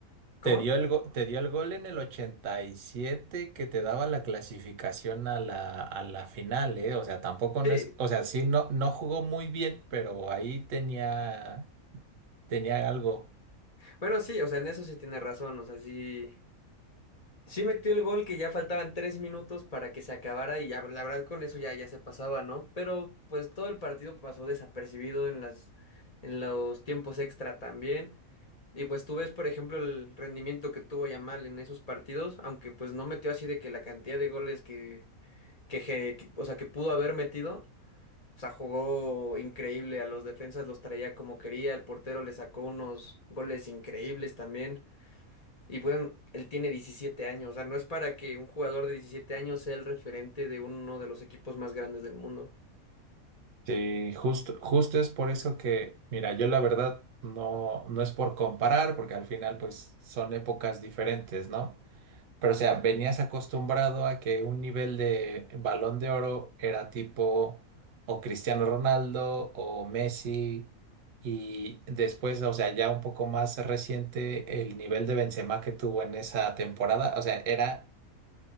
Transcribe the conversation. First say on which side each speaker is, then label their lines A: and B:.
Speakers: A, on the left (about 30°); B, on the right (about 65°).
A: ¿Cómo?
B: te dio el go- te dio el gol en el 87 que te daba la clasificación a la, a la final, ¿eh? O sea, tampoco
A: Sí.
B: no es, o sea, sí no, no jugó muy bien, pero ahí tenía, tenía algo.
A: Bueno, sí, o sea, en eso sí tiene razón, o sea, sí Sí metió el gol que ya faltaban tres minutos para que se acabara y ya, la verdad con eso ya, ya se pasaba, ¿no? Pero pues todo el partido pasó desapercibido en las, en los tiempos extra también. Y pues tú ves, por ejemplo, el rendimiento que tuvo Yamal en esos partidos, aunque pues no metió así de que la cantidad de goles que, que, je- que- o sea, que pudo haber metido, o sea, jugó increíble, a los defensas los traía como quería, el portero le sacó unos goles increíbles también. Y bueno, él tiene 17 años, o sea, no es para que un jugador de 17 años sea el referente de uno de los equipos más grandes del mundo.
B: Sí, justo, justo es por eso que, mira, yo la verdad no, no es por comparar, porque al final pues son épocas diferentes, ¿no? Pero, o sea, venías acostumbrado a que un nivel de Balón de Oro era tipo o Cristiano Ronaldo o Messi y después, o sea, ya un poco más reciente el nivel de Benzema que tuvo en esa temporada, o sea, era